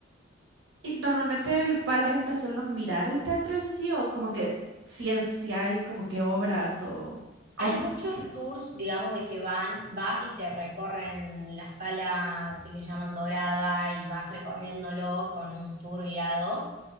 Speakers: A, on the right (about 65°); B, on the right (about 40°).
A: Y normalmente el- va la gente a solo mirar el teatro en sí o como que si es, si hay como que obras o cosas
B: Hay muchos
A: que...
B: tours, digamos, de que van, vas y te recorren la sala que le llaman dorada y vas recorriéndolo con un tour guiado.